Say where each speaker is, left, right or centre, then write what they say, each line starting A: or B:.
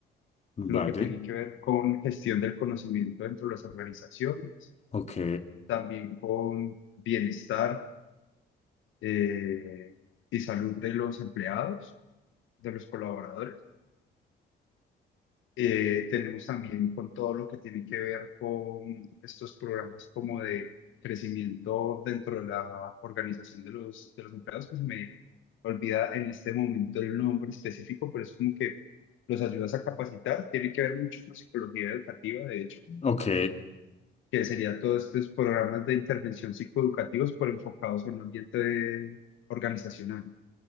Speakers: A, on the left; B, on the left.
A: vale,
B: lo que tiene que ver con gestión del conocimiento dentro de las organizaciones
A: ok,
B: también con bienestar eh, y salud de los empleados, de los colaboradores. Eh, tenemos también con todo lo que tiene que ver con estos programas como de crecimiento dentro de la organización de los, de los empleados, que se me olvida en este momento el nombre específico, pero es como que los ayudas a capacitar. Tiene que ver mucho con psicología educativa, de hecho
A: ok,
B: que sería todos estos programas de intervención psicoeducativos por enfocados en un ambiente organizacional,